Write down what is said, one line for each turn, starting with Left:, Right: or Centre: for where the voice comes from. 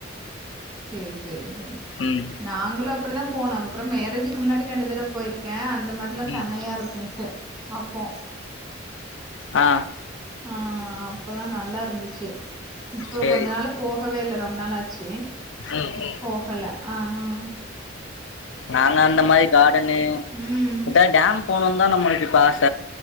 Centre: சேர் சேர்
Left: ம்
Centre: நாங்களு அப்படிதா போனம் அப்புறம் மேரேஜுக்கு முன்னாடி ரெண்டு தடவ போயிருக்க அந்த மாரில்லா
Left: ம்
Centre: செமயா இருக்கும்ச்சு அப் போ
Left: ஆ
Centre: ஆ அப்பல்லா நல்லா இருந்துச்சு இப்போ
Left: சேரி
Centre: கொஞ்ச நாளா போகவே இல்ல ரொம்ப நாள் ஆச்சு
Left: ம் ம்
Centre: போகல ஆ அ
Left: நாங்க அந்த மாரி கார்டனு
Centre: ம்
Left: எதா டேம் போனனுதா நம்மளுக்கு இப்ப ஆச